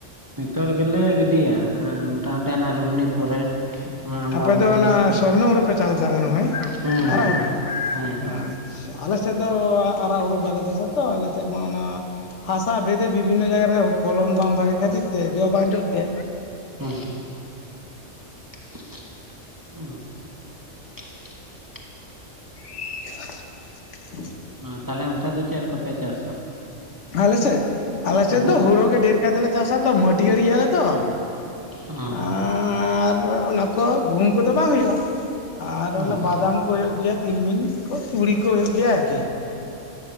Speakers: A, on the right; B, on the left.
A: ᱱᱤᱛᱚᱜ ᱨᱮᱜᱮᱞᱮ ᱜᱤᱰᱤᱭᱟ ᱢᱚᱴᱟᱢᱩᱴᱤ ᱚᱱᱟ ᱨᱩᱦᱱᱤ ᱯᱚᱨᱮ ᱟᱢᱵᱟᱵᱚᱛᱤ
B: ᱟᱯᱮ ᱫᱚ ᱚᱱᱟ ᱥᱚᱨᱱᱚ ᱦᱩᱲᱩ ᱯᱮ ᱪᱟᱥᱫᱟ ᱢᱚᱱᱮ ᱦᱳᱭ
A: ᱦᱩᱸ
B: ᱟᱨᱟᱜ
A: ᱦᱩᱸ
B: ᱦᱩᱲᱩ
A: ᱦᱮᱸ
B: ᱟᱪᱪᱷᱟ᱾ ᱟᱞᱮ ᱥᱮᱫ ᱫᱚ ᱟᱨᱟᱜ ᱦᱩᱲᱩ ᱵᱟᱞᱮ ᱪᱟᱥᱟ ᱛᱚ ᱟᱞᱮ ᱥᱮᱫ ᱢᱟ ᱚᱱᱟ ᱦᱟᱥᱟ ᱵᱷᱤᱛᱤᱨ ᱵᱤᱵᱷᱤᱱᱱᱚ ᱡᱟᱭᱜᱟ ᱨᱮ ᱯᱷᱚᱞᱚᱱ ᱵᱟᱝ ᱵᱷᱟᱜᱤ ᱠᱷᱟᱹᱛᱤᱨ ᱛᱮ ᱡᱚ ᱵᱟᱝ ᱡᱚᱜ ᱛᱮ
A: ᱦᱮᱸᱸ <inaudible>
B: <inaudible>
A: ᱛᱟᱦᱞᱮ ᱚᱱᱛᱮ ᱫᱚ ᱪᱮᱫ ᱠᱚᱯᱮ ᱪᱟᱥᱟ
B: ᱟᱞᱮ ᱥᱮᱫ ᱟᱞᱮ
A: ᱦᱩᱸ
B: ᱥᱮᱫ ᱫᱚ ᱦᱩᱲᱩᱜᱮ ᱰᱷᱮᱨ ᱠᱟᱭᱛᱮᱞᱮ ᱪᱟᱥᱟ ᱛᱚ ᱢᱟᱹᱴᱭᱟᱹᱲ ᱜᱮᱭᱟᱞᱮ ᱛᱚ᱾
A: ᱚ
B: ᱟᱨ ᱚᱱᱟ ᱠᱚ ᱜᱩᱦᱩᱢ ᱠᱚᱫᱚ ᱵᱟᱝ ᱦᱩᱭᱩᱜᱼᱟ ᱟᱨ
A: ᱚ
B: ᱚᱱᱟ ᱵᱟᱫᱟᱢ ᱠᱚ ᱦᱩᱭᱩᱜ ᱜᱮᱭᱟ᱾ ᱛᱤᱞᱢᱤᱧ ᱠᱚ ᱛᱩᱲᱤ ᱠᱚ ᱦᱩᱭᱩᱜ ᱜᱮᱭᱟ ᱟᱨᱠᱤ ᱾